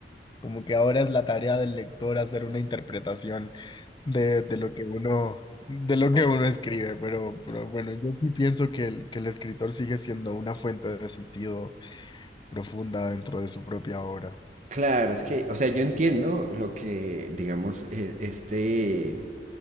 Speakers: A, on the left; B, on the right.
A: como que ahora es la tarea del lector hacer una interpretación de, de lo que uno de lo que uno escribe, pero, pero bueno, yo sí pienso que el, que el escritor sigue siendo una fuente de sentido profunda dentro de su propia obra.
B: Claro, es que, o sea, yo entiendo lo que, digamos, este